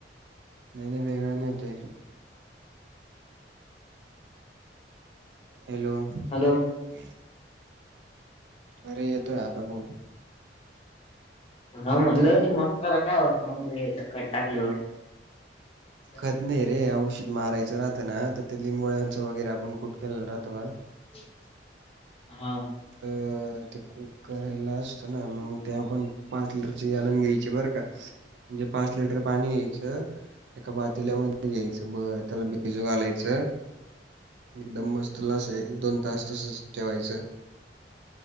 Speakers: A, on the right (about 70°); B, on the left (about 35°).
A: नाही नाही वेगळं नाही ते. हॅलो!
B: हॅलो!
A: <unintelligible> अरे येतो आता बोल.
B: हा म्हणलं हो मग त्याला काय वाटतं मग खत टाकलेवर. <unintelligible>
A: खत नाही रे औषध मारायचं राहत ना तर ते लिंबोळ्यांचं वगैरे आपण कुठ केला राहतो बा.
B: <inaudible> हा.
A: तर ते कु करायला असतं ना मग त्या पण पाच लिटरचे जालन घ्यायचे बरं का, म्हणजे पाच लिटर पाणी घ्याचं. एका पातिल्यामध्ये घ्याचं ब त्याला बिजू घालायचं. एकदम मस्त ला एक दोन-तास तसच
B: हा.
A: ठेवायचं.